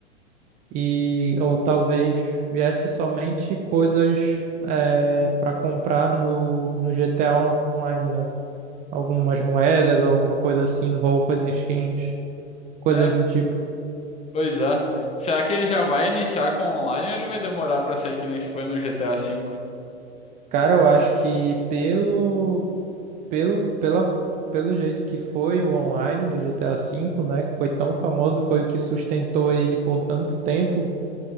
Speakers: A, on the right (about 25°); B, on the left (about 20°).
A: e ou talvez viesse somente coisas é, para comprar no, no GTA Online, né? Algumas moedas, alguma coisa assim, roupas, skins, coisas
B: É,
A: do tipo.
B: Pois é. Será que ele já vai iniciar com online ou ele vai demorar pra sair que nem se foi no GTA V?
A: Cara, eu acho que pelo Pelo, pela, pelo jeito que foi o online do GTA V, né, que foi tão famoso, foi o que sustentou ele por tanto tempo,